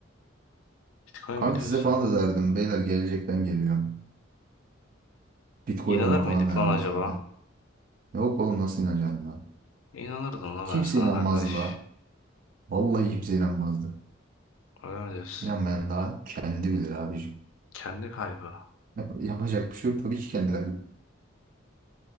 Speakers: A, on the left; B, on the right.
A: Bitcoin
B: Kanka
A: mi diyorsun?
B: size falan da derdim. Beyler gelecekten geliyorum. Bitcoin
A: İnanır
B: alın
A: mıydık
B: falan derdim
A: lan acaba?
B: size de. Yok oğlum nasıl inanacaksın lan?
A: İnanırdım lan
B: Kimse
A: ben sana
B: inanmazdı
A: kardeş.
B: la. Vallahi kimse inanmazdı.
A: Öyle mi diyorsun?
B: İnanmayan daha kendi bilir abicim.
A: Kendi kaybı.
B: Yap- yapacak bir şey yok. Tabii ki kendi kaybı.